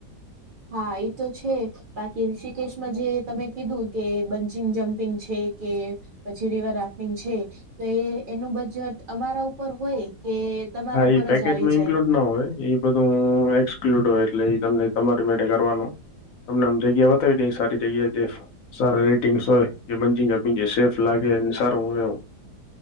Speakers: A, on the right; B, on the left.
A: હા એ તો છે. બાકી ઋષિકેશમાં જે તમે કીધું કે બંચિંગ જમ્પિંગ છે કે પછી રિવર રાફ્ટિંગ છે તો એ એનું બજટ અમારા ઉપર હોય કે તમારા
B: હા
A: ઉપર
B: એ પેકેજ
A: જ આવી
B: માં ઈન્ક્લુડ
A: જાય
B: ના હોય બધું એક્ક્લુ એટલે તમને તમારી મેળે કરવાનું. તમને આમ જગ્યા બતાવી નઈ સારી જગ્યાએ જે- સાર રેટિંગ્સ હોય જે મંજિગ જમ્પિંગ સેફ લાગે એ સારું.